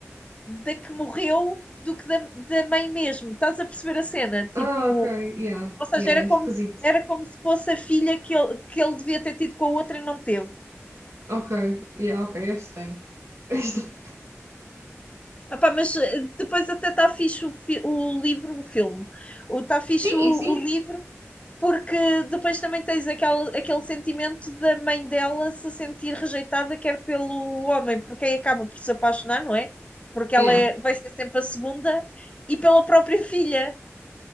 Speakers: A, on the left (about 25°); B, on the right (about 65°).
A: da que morreu do que da, da mãe mesmo. Estás a perceber a cena? Tipo,
B: Ah, ok, yeah,
A: ou seja,
B: yeah,
A: era
B: é esquisito.
A: como, era como se fosse a filha que ele, que ele devia ter tido com a outra e não teve.
B: Ok, yeah, ok, é estranho. <laughs> É estranho.
A: Epá, mas eh, depois até está fixe o, fi- o livro, o filme. Está fixe
B: Sim,
A: o,
B: sim,
A: o livro, porque depois também tens aquele, aquele sentimento da mãe dela se sentir rejeitada, quer pelo homem, por quem acaba por se apaixonar, não é? Porque ela
B: yeah.
A: é, vai ser sempre a segunda, e pela própria filha.